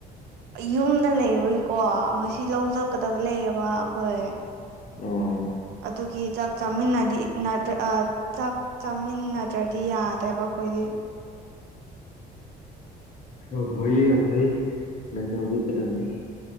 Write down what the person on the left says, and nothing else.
ꯑꯣ
ꯌꯥꯝ ꯐꯩꯌꯦ ꯌꯥꯝ ꯐꯩꯌꯦ ꯉꯟꯅ ꯍꯧꯒꯠꯀꯗꯝꯅꯤ